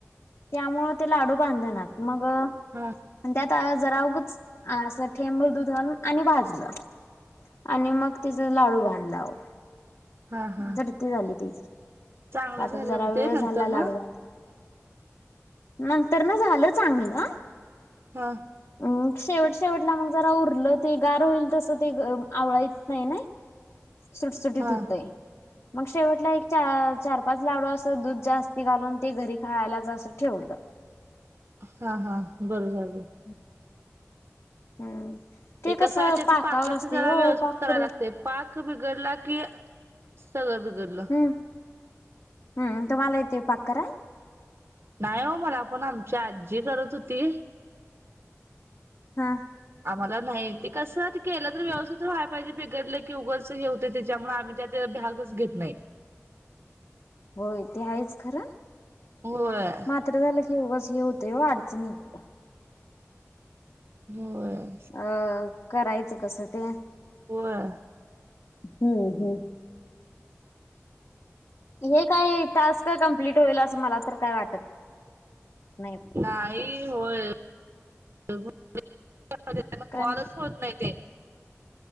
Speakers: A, on the left; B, on the right.
A: त्यामुळ ते लाडू बांधनात मग आणि
B: हा
A: त्यात जरा ऊगंच, असं ठेंबर दूध घालून आणि भाजलं. आणि मग तिज लाडू बांधलाव.
B: हा हा
A: झडती झाली त्याजी,
B: चांगलं
A: रात्री
B: झालं
A: जरा
B: मग
A: वेळ
B: ते
A: झाला
B: नंतर
A: लाडू
B: ना
A: बांधाय. नंतर न झालं चांगलं.
B: हा.
A: अम शेवट शेवटला मग जरा उरलं ते गार होईल तसं ते अ आवळाय येत नाही नई.
B: <inaudible>
A: सुटसुटीत
B: हा
A: होतय. मग शेवटला एक चा - चार पाच लाडू असं दूध जास्ती घालून ते घरी खायलाच असं ठेवलं.
B: हा हा, बरं झालं.
A: हम्म. हम्म.
B: ते कसं आहे त्याच
A: पाकावर
B: पाकाचं
A: असते
B: जरा
A: हो
B: व्यवस्थित
A: पाक
B: करायला
A: पुढे
B: लागतंय पाक पाक बीगडला कि, सगळ बीगडल.
A: हम, हम्म तुम्हाला येतोय पाक कराय?
B: नाही ओ मला पण आमची आजी करत होती.
A: हा.
B: आम्हाला नाही. ते कसं, केलं तर व्यवस्थित व्हाया पाहिजे. बिघडलं की उगच हे होते. त्याच्यामुळे आम्ही त्या त्या भ्यागच घेत नाही.
A: होय. ते हायच खरं.
B: होय.
A: मात्र झालं की, उगच हे होतंय, ओ. अडचण येतीया.
B: होय.
A: अ. करायचं कसं ते?
B: होय.
A: हम्म, हम्म. हे काही टास्क कमप्लीट होईल. असं मला तर काय वाटत नाही.
B: नाही, होय. <unintelligible>
A: कारण
B: कॉलच होत नाही ते.